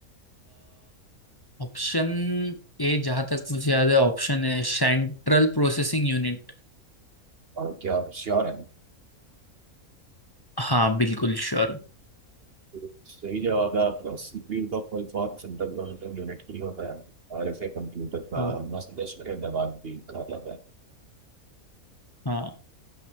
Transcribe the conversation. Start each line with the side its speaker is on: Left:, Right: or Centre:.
Left: ऑप्शन ए जहां तक मुझे याद है ऑप्शन है सेंट्रल प्रोसेसिंग यूनिट
Right: और क्या आप श्योर हैं
Left: हाँ बिल्कुल श्योर हूँ
Right: तो सही जवाब है आपका सीपीयू का full form central processing unit ही होता है और इसे कंप्यूटर का
Left: ओ,
Right: मस्तिष्क के दिमाग भी कहा जाता है
Left: हाँ